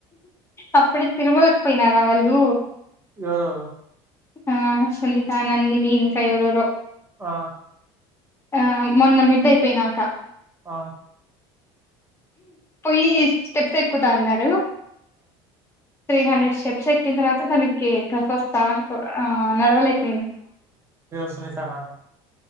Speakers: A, on the left (about 20°); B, on the right (about 20°).
A: అప్పుడే తిరుమలకి పోయినారా వాళ్లు
B: ఎవరెవరు
A: ఆ సునీత నందిని ఇంకా ఎవరెవరో
B: ఆ
A: ఆ మొన్న మిడ్ అయిపోయినాక
B: ఆ
A: పోయి స్టెప్స్ ఎక్కుతా అన్నారు త్రీ హండ్రెడ్ స్టెప్స్ ఎక్కిన తర్వాత తనకి గస వస్తా ఆ నడవలేక
B: సునితనా